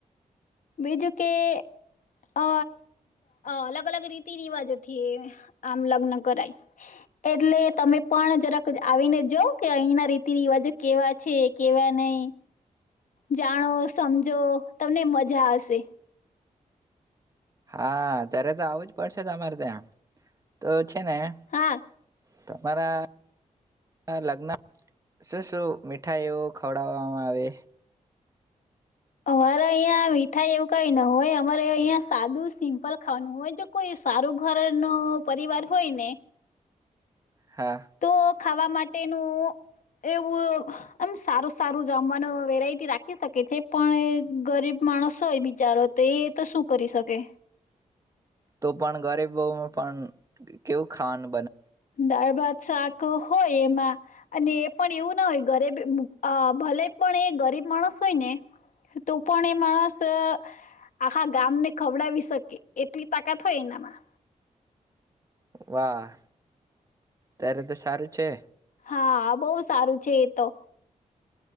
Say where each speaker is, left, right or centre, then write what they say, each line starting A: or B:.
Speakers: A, on the left (about 70°); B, on the right (about 25°).
A: બીજું કે અ અલગ અલગ રીતિ રિવાજોથી આ લગ્ન કરાય એટલે તમે પણ જરાક આવીને જો કે અહીંના રીતિ રિવાજો કેવા છે કેવા નઈ જાણો સમજો તમને મજા આવ શે
B: હા અત્યારે તો આવું જ પડશે તમારે ત્યાં તો <unintelligible>
A: હા
B: તમારા લગ્ન શું શું મીઠાઈઓ ખવડાવવામાં આવે
A: અમારે અહિયાં મીઠાઈ એવું કઈ ન હોય અમારે અહિયાં સાદું સિમ્પલ ખાવાનું હોય જો કોઈ સારું ઘર નો પરિવાર હોય ને
B: હા
A: તો ખાવા માટેનું એવું આમ સારું સારું જમવાનું વેરાયટી રાખી શકે છે પણ ગરીબ માણસ હોય બિચારો તો એ તો શું કરી શકે
B: તો પણ ગરીબ પણ કેવું ખાવાનુ
A: દાળ ભાત શાક હોય એમાં અને એ પણ એવું ન હોય ગરીબ આ ભલે પણ એ ગરીબ માણસ હોય ને તો પણ એ માણસ અ આખા ગામને ખવડાવી શકે એટલી તાકાત હોય એના મા
B: વાહ ત્યારે તો સારું છે
A: હા બહુ સારું છે એ તો